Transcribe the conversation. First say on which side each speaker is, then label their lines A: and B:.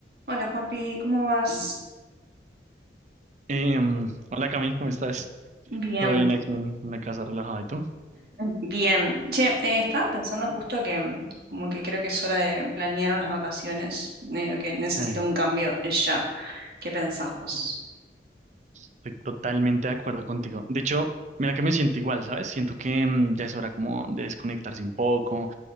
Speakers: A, on the right (about 60°); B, on the right (about 40°).
A: Hola Juanpi, ¿cómo vas?
B: Eh, mm, hola Cami, ¿cómo estás?
A: Bien,
B: Todo bien aquí en, en la casa relajado, ¿y tú?
A: bien. Che, eh, estaba pensando justo que mm, como que creo que es hora de planear unas vacaciones, medio que necesito
B: Sí,
A: un cambio ya. ¿Qué pensás vos?
B: estoy totalmente de acuerdo contigo. De hecho, mira que me siento igual, ¿sabes? Siento que mm, ya es hora como de desconectarse un poco,